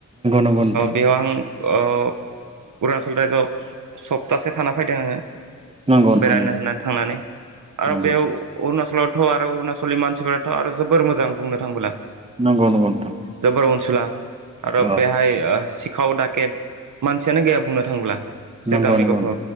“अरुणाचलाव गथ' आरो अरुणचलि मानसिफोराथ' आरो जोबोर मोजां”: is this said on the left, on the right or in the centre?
Right